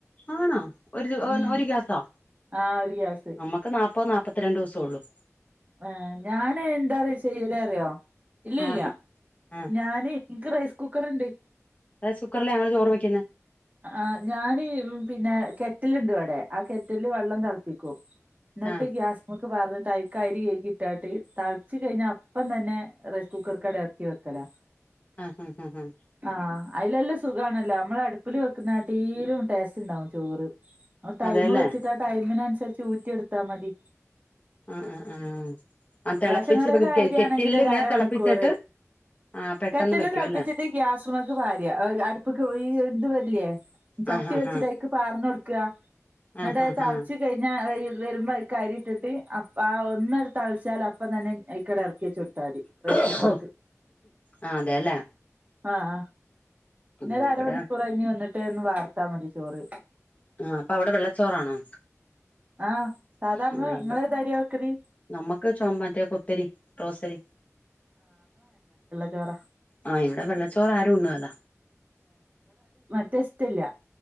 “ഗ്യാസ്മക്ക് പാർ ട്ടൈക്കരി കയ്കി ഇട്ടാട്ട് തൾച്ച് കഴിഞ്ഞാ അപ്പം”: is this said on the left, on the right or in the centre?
Right